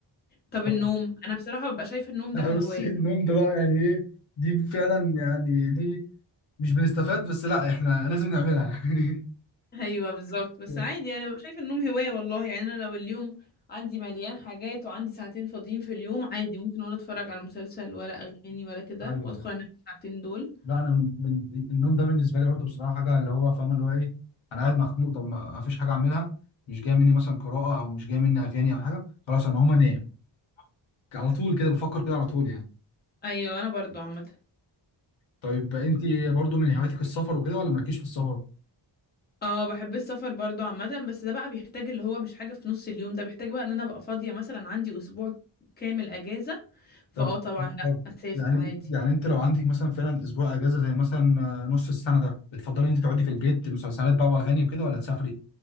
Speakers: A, on the left; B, on the left.
A: طب
B: ف-
A: النوم انا بصراحة ببقى شايفة النوم
B: لا
A: ده كهواية
B: بص النوم ده بقى يعني ايه دي فعلا يعني دي مش بنستفاد بس لا احنا لازم نعملها يعني
A: ايوه بالظبط بس
B: <laughs>
A: عادي يعني ببقى شايفة النوم هواية والله يعني انا لو اليوم عندي مليان حاجات وعندي ساعتين فاضيين في اليوم عادي ممكن ولا اتفرج على مسلسل ولا اغاني ولا كده
B: ايوه
A: وادخل انام في الساعتين دول
B: لا انا من... من... النوم ده بالنسبه لي برضه بصراحه حاجه اللي هو فاهم اللي هو ايه انا قاعد مخنوق طب ما ما فيش حاجه اعملها مش جايه مني مثلا قراءه او مش جايه مني اغاني او حاجه خلاص انا هقوم انام على طول كده بفكر كده على طول يعني
A: ايوه انا برضو عامة
B: طيب انت برضه من هواياتك السفر وكده ولا مالكيش في السفر
A: اه بحب السفر برضو عامة بس ده بقى بيحتاج اللي هو مش حاجة في نص اليوم ده بيحتاج بقى ان انا ابقى فاضية مثلا عندي اسبوع كامل اجازة فاه
B: طب
A: طبعا لا
B: طب
A: اسافر
B: يعني
A: عادي
B: يعني انت لو عندك مثلا فعلا اسبوع اجازه زي مثلا آه، نص السنه ده بتفضلي ان انت تقعدي في البيت مسلسلات بقى واغاني وكده ولا تسافري؟